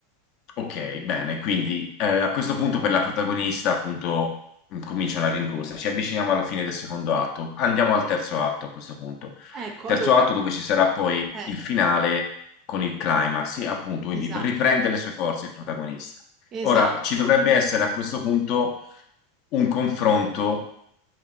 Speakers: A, on the left; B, on the right.
A: Ok, bene, quindi eh, a questo punto per la protagonista appunto mh, comincia una rincorsa, ci avviciniamo alla fine del secondo atto, andiamo al terzo atto a questo punto,
B: Ecco,
A: terzo
B: allora,
A: atto dove ci sarà poi
B: eh,
A: il finale con il climax, e appunto quindi
B: esatto,
A: riprende le sue forze il protagonista.
B: esatto.
A: Ora ci dovrebbe essere a questo punto un confronto